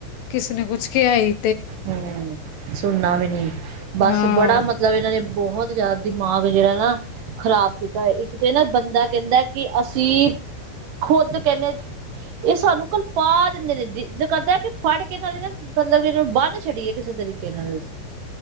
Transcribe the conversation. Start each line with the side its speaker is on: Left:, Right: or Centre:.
Left: ਕਿਸੇ ਨੇ ਕੁਛ ਕਿਹਾ ਈ
Right: ਹਮ ਸੁਣਨਾ ਵੀ ਨੀ ਬਸ
Left: ਹਾਂ
Right: ਬੜਾ ਮਤਲਬ ਇਹਨਾਂ ਨੇ ਬਹੁਤ ਜ਼ਿਆਦਾ ਦਿਮਾਗ ਜਿਹੜਾ ਨਾ ਖ਼ਰਾਬ ਕੀਤਾ ਇੱਕ ਤੇ ਨਾ ਬੰਦਾ ਕਹਿੰਦਾ ਕਿ ਅਸੀਂ ਖੁਦ ਕਹਿੰਦੇੇ ਇਹ ਸਾਨੂੰ ਕਲਪਾ ਦਿੰਦੇ ਨੇ ਜ ਦਿਲ ਕਰਦਾ ਕਿ ਫੜ ਕੇ ਇਹ ਨੇ ਨਾ ਮਤਲਬ ਬੰਨ ਛੜੀਏ ਕਿਸੇ ਤਰੀਕੇ ਨਾਲ ਅ,